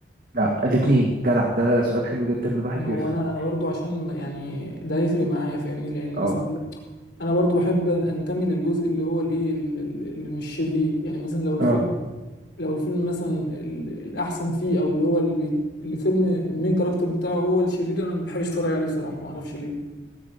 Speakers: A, on the right; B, on the left.
A: لا الاثنين جدع ده سؤال حلو جدا من واحد
B: ما
A: بيفهم
B: هو انا انا برضو عشان ما- يعني ده هيفرق معايا فاهمني لان
A: اه
B: مثلا انا برضو بحب أن- انتمي للجزء اللي هو الايه ال- ال- اللي مش شرير يعني مثلا لو الفيلم
A: اه
B: لو الفيلم مثلا ال- الاحسن فيه او اللي هو اللي بي الفيلم المين كاركتر بتاعه هو الشرير انا ما بحبش اتفرج عليه بصراحة ما اعرفش ليه